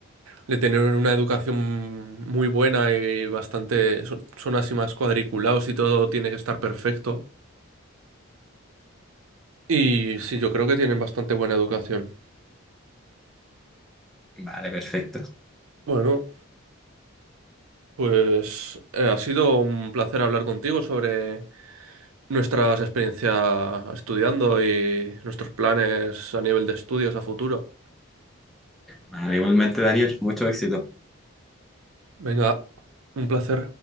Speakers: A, on the right; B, in the centre.
A: de tener una educación muy buena y bastante... Son, son así más cuadriculados y todo tiene que estar perfecto. Y sí, yo creo que tienen bastante buena educación.
B: Vale, perfecto.
A: Bueno, pues eh, ha sido un placer hablar contigo sobre nuestras experiencias estudiando y nuestros planes a nivel de estudios a futuro.
B: Vale, igualmente, Daniel, mucho éxito.
A: Venga, un placer.